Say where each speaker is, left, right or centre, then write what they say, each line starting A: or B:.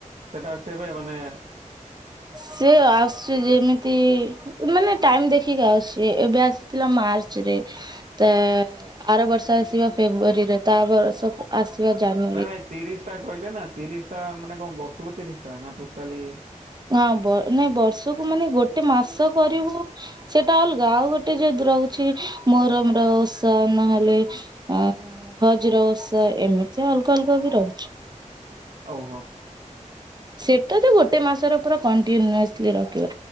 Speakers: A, on the right; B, on the right.
A: ସେଟା କେବେ ମାନେ
B: ସେ ଆସୁଛି ଯେମିତି ମାନେ ଟାଇମ ଦେଖିକି ଅଛି ଏବେ ଆସିଥିଲା ମାର୍ଚ୍ଚ ରେ। ତ ଆର ବର୍ଷ ଆସିବା ଫେବୃଆରୀରେ ତା ବର୍ଷ ଆସିବା ଜାନ
A: ନାଇଁ ନାଇଁ ତିରିଶ ଟା କହିଲେ ନା ତିରିଶ ଟା ମାନେ କଣ ବର୍ଷକୁ ତିରିଶ ଟା ନା ଟୋଟାଲି।
B: ହଁ ନାଇ ବର୍ଷକୁ ମାନେ ଗୋଟେ ମାସ କରିବୁ। ସେଇଟା ଅଲଗା ଆଉ ଗୋଟେ ଯଦି ରହୁଛି ମୋହରମ ର ଓଷା ନହେଲେ ଅ ବଜ୍ର ଓଷା ଏମିତି ଅଲଗା ଅଲଗା ବି ରହୁଛି।
A: ଓହୋ।
B: ସେଇଟା ତ ଗୋଟେ ମାସର ପୁରା କଣ୍ଟିନ୍ୟୁସଲି ରଖିବ।